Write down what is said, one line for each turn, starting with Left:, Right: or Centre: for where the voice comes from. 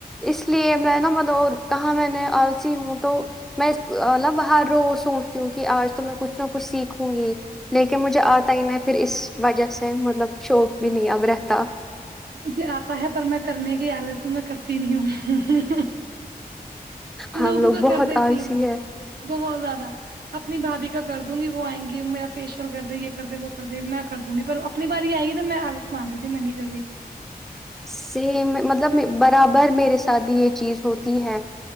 Centre: اس لیے میں نا مطلب کہاں میں نے آلسی ہوں تو میں ن باہر روز سوچتی ہوں کہ آج تو میں کچھ نہ کچھ سیکھوں گی لیکن مجھے آتا ہی میں پھر اس وجہ سے مطلب شوق بھی نہیں اب رہتا
Right: مجھے آتا ہے پر میں کرنے کی حالت ہوں میں کرتی نہیں ہوں
Centre: ہم
Right: لوگوں
Centre: لوگ
Right: کا
Centre: بہت
Right: کر دیتی
Centre: آلسی
Right: ہوں
Centre: ہے
Right: بہت زیادہ اپنی بھابھی کر دوں گی وہ آئیں گی میرا فیشیئل کر د یہ کر دے وہ کر دے میں کر دوںی پر اپنی باری آئے گی نا میں حالت سنا دی تی میں نہیں کر رہی
Centre: سے مطلب برابر میرے ساتھ بھی یہ چیز ہوتی ہے